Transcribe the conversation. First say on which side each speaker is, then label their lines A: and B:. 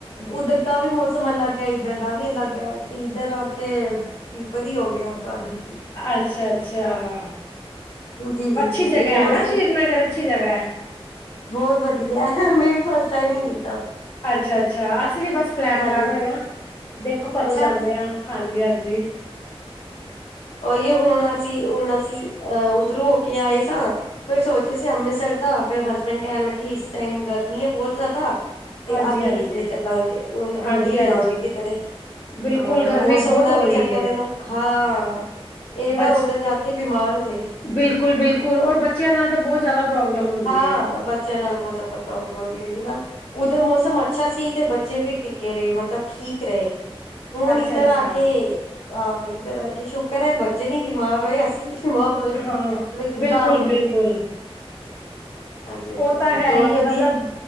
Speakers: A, on the left; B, on the left.
A: ਉੱਧਰ ਦਾ ਵੀ ਮੌਸਮ ਅਲੱਗ ਹੈ ਇੱਧਰ ਦਾ ਵੀ ਅਲੱਗ ਹੈ ਤੇ ਇੱਧਰ ਆ ਕੇ ਕੀ ਹੋ ਗਿਆ ਅਚਾਨਕ
B: ਅੱਛਾ -ਅੱਛਾ
A: ਜੀ-ਜੀ-ਜੀ-ਜੀ
B: ਅੱਛੀ ਜਗਾ
A: ਹੋਰ
B: ਹੈ ਨਾ ਸ਼੍ਰੀਨਗਰ ਅੱਛੀ ਜਗ੍ਹਾ
A: ਬਹੁਤ ਵਧੀਆ ਮੈਂ ਵੀ ਫਸਟ ਟਾਈਮ ਹੀ ਗਈ ਸਾ।
B: ਅੱਛਾ- ਅੱਛਾ ਅਸੀਂ ਵੀ ਬਸ ਪਲੈਨ
A: ਹਾਂਜੀ
B: ਕਰ ਰਹੇ ਆਂ। ਦੇਖੋ ਕਦੋਂ
A: ਅੱਛਾ
B: ਜਾਂਦੇ
A: ਹਮ
B: ਹਾਂ ਹਾਂਜੀ- ਹਾਂਜੀ
A: ਹੀ ਹੁਣ ਅਸੀਂ ਉਹਣ ਅਹ ਉਧਰੋਂ ਹੋ ਕੇ ਆਏ ਸਾਂ ਫਿਰ ਸੋਚੇ ਸੀ ਅੰਮ੍ਰਿਤਸਰ ਦਾ ਫੇਰ ਹਸਬੈਂਡ ਕਹਿਣ ਲੱਗੀ ਇਸ ਟੈਮ ਗਰਮੀ ਹੈ ਬਹੁਤ ਜ਼ਿਆਦਾ ਤੇ
B: ਹਾਂਜੀ
A: ਅੱਗੇ
B: ਹਾਂਜੀ
A: ਕਿਧਰੇ ਚੱਲਾਂਗੇ ਹੁਣ
B: ਹਾਂਜੀ
A: ਅੱਗੇ ਹੀ
B: ਹਾਂਜੀ
A: ਜਾਵਾਂਗੇ ਕਿਧਰੇ
B: ਬਿਲਕੁਲ
A: ਆ
B: ਗਰਮੀ
A: ਮੌਸਮ
B: ਬਹੁਤ
A: ਦਾ
B: ਹੋ
A: ਵੀ
B: ਰਹੀ
A: ਚੱਕਰ ਹੈ ਨਾ ਹਾਂ ਇਹ ਨਾ
B: ਬਚ
A: ਉੱਧਰ ਜਾ ਕੇ ਬਿਮਾਰ <inaudible>
B: ਬਿਲਕੁਲ ਬਿਲਕੁਲ ਔਰ ਬੱਚਿਆਂ ਨਾਲ ਤਾਂ ਬਹੁਤ ਜ਼ਿਆਦਾ ਪ੍ਰੋਬਲਮ ਹੁੰਦੀ
A: ਹਾਂ
B: ਹੈ
A: ਬੱਚਿਆਂ ਨਾਲ ਬਹੁਤ ਜ਼ਿਆਦਾ ਪ੍ਰੋਬਲਮ ਵਧੀਆ ਹ ਨਾ ਹੈਗੀ ਨਾ ਉੱਧਰ ਮੌਸਮ ਅੱਛ ਅੱਛਾ ਸੀ ਤੇ ਬੱਚੇ ਵੀ ਟਿੱਕੇ ਰਹੇ ਮਤਲਬ ਠੀਕ ਰਹੇ ਹੁਣ
B: ਅੱਛਾ
A: ਇੱਧਰ
B: ਅੱਛਾ
A: ਆ ਕੇ ਹਾਂ ਇੱਧਰ ਅੱਗੇ ਸ਼ੁਕਰ ਹੈ ਬੱਚੇ ਨੀ ਬਿਮਾਰ ਹੋਏ ਅ ਮਾਰ ਰਹੇ
B: ਹਾਂ
A: ਲੇਕਿਨ
B: ਬਿਲਕੁਲ
A: ਤਾਂ ਵੀ
B: ਬਿਲਕੁਲ
A: ਹਾਂਜੀ ਹਾਂਜੀ
B: ਉਹ
A: ਹਾਂਜੀ
B: ਤਾਂ ਹੈ
A: ਹੋਰ
B: ਹੀ ਹੈ
A: ਵਧੀਆ
B: ਮਤਲਬ